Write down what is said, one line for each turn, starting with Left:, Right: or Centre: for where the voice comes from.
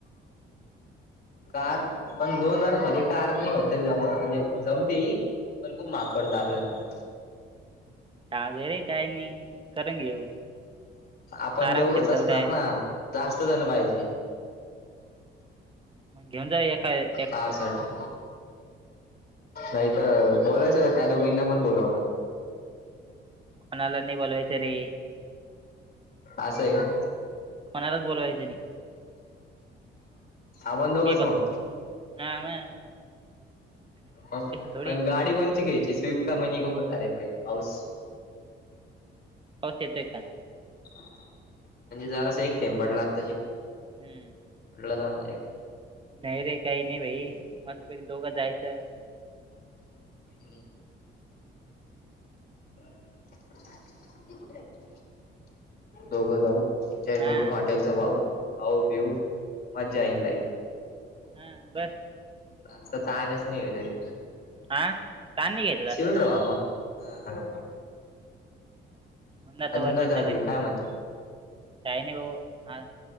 Left: कार पण दोन जणांमध्ये कार नाही होते रे जमा म्हणजे जमती. पण खूप महाग पडत आपल्याला म.
Right: जाऊ दे रे काय नाही करून घेऊ
Left: आपण
Right: आरामशीर
Left: दोघच असणार
Right: जाऊ डायरेक्ट
Left: ना. जास्त जण पाइजे
Right: मग घेऊन जाव्या य काय
Left: तारसाठी नाइ तर् बोलायच त त्या दोगीना पण बोलाउ आपण
Right: कोणाला नइ बोलवायचं रे.
Left: असाए का?
Right: कोणालाच बोलावायचं नइ
Left: आपण दोगच
Right: मी बघ
Left: मग?
Right: हा म.
Left: मग
Right: थोडी
Left: अन् गाडी कोणची घ्याँयची स्विफ्ट का मनी गो <unintelligible> आरे भाई पाऊस.
Right: पऊस येतोय का?
Left: म्हणजे जरास एक थेंब पडला आताशी.
Right: हम्म
Left: <unintelligible>
Right: नाई रे काई नाई भाई मस्तपैकी दोग जायचं.
Left: हम्म <unintelligible> दोग जाऊ एन्जॉय
Right: हां
Left: करू हॉटेलच पाहू, खाऊ- पिऊ मज्जा इन लाइफ
Right: हा बर.
Left: आस तानच नाही घरी
Right: हां ताण नाही घ्यायचा जास्त
Left: चिल
Right: हां
Left: राहु आपण हा.
Right: म्हणून आता
Left: अजून
Right: वरवर
Left: काय चालू
Right: सगळेच
Left: आहे काय म्हणते
Right: काइ ना ओ खास.